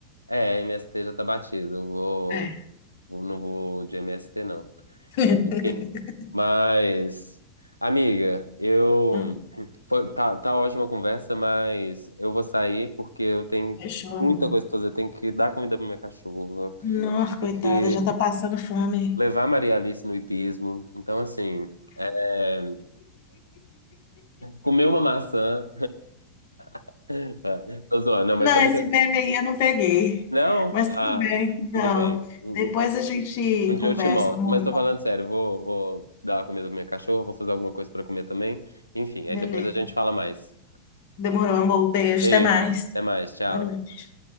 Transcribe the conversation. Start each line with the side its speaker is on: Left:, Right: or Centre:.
Right: É, MST já tá batido. Eu vou,
Left: É.
Right: vou- não vou de MST, não.
Left: <laughs>
Right: Enfim. Mas, amiga, eu.
Left: Ah,
Right: Foi, tá, tá ótima a conversa, mas eu vou sair porque eu tenho
Left: fechou, amor.
Right: muita coisa pra fazer. Eu Tenho que dar comida pro meu cachorro.
Left: Nossa, coitada,
Right: que
Left: já tá passando fome.
Right: levar Maria Alice no hipismo. Então, assim, é, comer uma maçã. <laughs> Tô zoando, não,
Left: Não,
Right: mas tem
Left: esse
Right: muita.
Left: meme aí eu não peguei.
Right: Não?
Left: Mas
Right: Ah,
Left: tudo bem,
Right: tudo
Left: não.
Right: bem. Um,
Left: Depois
Right: um
Left: a gente
Right: um dia
Left: conversa,
Right: eu te mostro.
Left: amor.
Right: Mas tô falando sério, vou, vou dar a comida pra minha cachorra, vou fazer alguma coisa pra comer também. Enfim,
Left: Beleza.
Right: aí depois a gente fala mais.
Left: Demorou, amor. Beijo,
Right: Beijo,
Left: até mais.
Right: até mais, tchau.
Left: Boa noite.